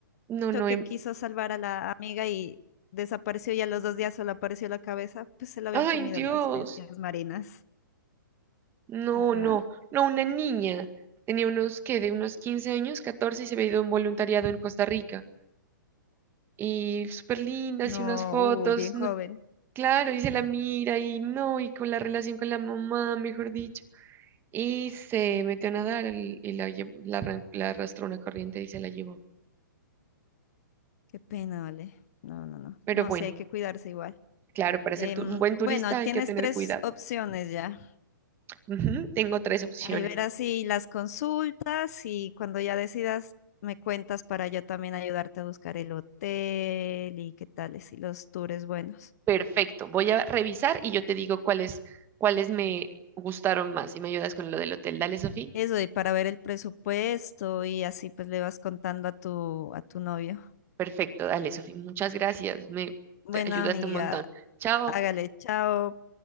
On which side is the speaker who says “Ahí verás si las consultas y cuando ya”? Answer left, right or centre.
Left